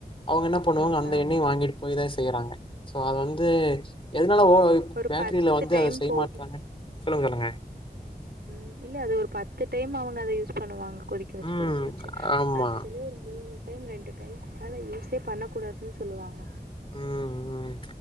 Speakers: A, on the left; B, on the right.
A: அவுங்க என்ன
B: குடுத்துருவோம்.
A: பண்ணுவாங்க அந்த
B: ஆமா.
A: எண்ணெய வாங்கிட்டு போய் தா செய்யறாங்க சோ அது வந்து எதனால ஓ
B: ஒரு
A: பேக்கரில வந்து
B: டைம்
A: அத செய்யமாட்டாங்க
B: போகும்.
A: சொல்லுங்க சொல்லுங்க
B: ம் இல்ல அது ஒரு பத்து டைம் அவுங்க அத யூஸ் பண்ணுவாங்க கொதிக் க வச்சு
A: ம்
B: கொதிக்க வச்சு
A: ஆமா
B: ஆக்சுவலி ஒரு மூணு டைம் ரெண்டு டைம் அதனால யூஸே பண்ணக்கூடாதுன்னு சொல்லுவாங்க
A: ம் ம்